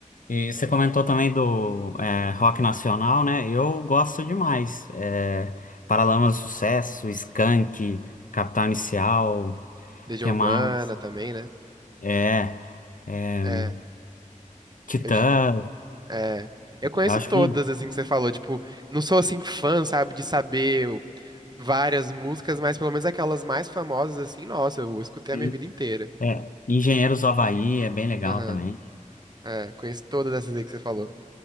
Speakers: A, on the left (about 75°); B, on the right (about 30°).
A: E você comentou também do é, rock nacional, né? Eu gosto demais. É, Paralamas do Sucesso, Skank, Capital Inicial,
B: Legião
A: que
B: Urbana
A: mais?
B: também, né?
A: É, é,
B: É.
A: Titãs,
B: Eu te, É. Eu conheço
A: eu acho
B: todas,
A: que
B: assim, que você falou. Tipo, não sou, assim, fã, sabe, de saber o- várias músicas, mas pelo menos aquelas mais famosas, assim, nossa, eu escutei a
A: e,
B: minha vida inteira.
A: é, Engenheiros do Havaí é bem legal
B: Aham.
A: também.
B: É, conheço todas essas aí que você falou.